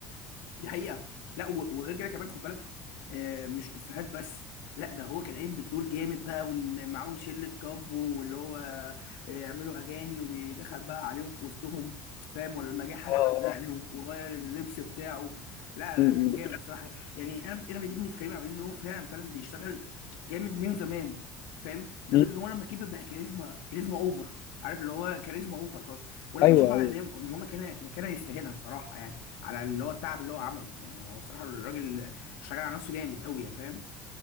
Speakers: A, on the left (about 85°); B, on the left (about 65°).
A: دي حقيقة لا و- وغير كده كمان خد بالك آه، مش افيهات بس لا ده هو كان قايم بالدور جامد بقى وان معاهم شلة كابو واللي هو آه، يعملوا اغاني وبيدخل بقى عليهم في وسطهم فاهم ولا لما جه حلق
B: آه.
A: دقنه وغير اللبس بتاعه لا
B: م-
A: لا
B: م-
A: كان جامد صراحة يعني انا انا بيجيبني في كريم عبد العزيز ان هو فعلا فعلا بيشتغل جامد من زمان فاهم لدرجة
B: م.
A: ان هو لما كبر بقى كاريزما كاريزما اوفر عارف اللي هو كاريزما اوفر خلاص وانا
B: أيوه
A: بشوفها
B: أيوه
A: ان هي- ان هو مكانها مكانها يستاهلها الصراحة يعني على اللي هو التعب اللي هو عمله يعني هو صراحة الراجل اشتغل على نفسه جامد قوي يعني فاهم